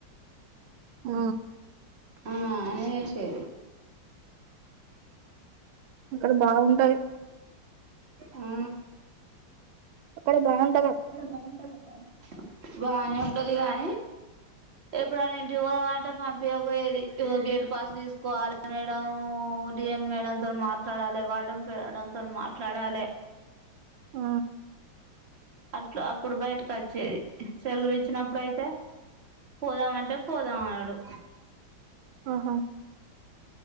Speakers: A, on the right (about 85°); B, on the right (about 30°).
A: ఉ
B: ఆ అనే చెస్ సేది
A: అక్కడ బాగుంటది
B: ఆ
A: అక్కడ బాన్
B: అక్కడ బాగుంటది అక్క బాగానే ఉంటది గాని ఎప్పుడనా ఇంటికి పొదమంటే పంపియాక పోయేది ఇగో గేట్ పాస్ తీసుకోవాలే మేడం డిఎం మేడంతో మాట్లాడాలే వార్డెన్ మేడంతోనీ మాట్లాడాలె
A: ఆ
B: అట్లా అప్పుడు బయటకు వచ్చేది సెలవులు ఇచ్చినప్పుడుయితే పోదామంటే పోదాం అనుడు
A: ఆహా